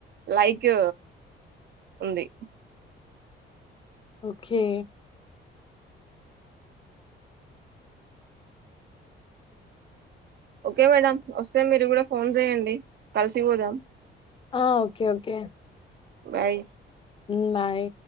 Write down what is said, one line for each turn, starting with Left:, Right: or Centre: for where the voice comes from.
Right: లైక్ ఉంది
Left: ఓకే
Right: ఓకే మేడం వస్తే మీరు కూడా ఫోన్ చేయండి కలిసి పోదాం
Left: ఆ okay okay
Right: bye
Left: hmm bye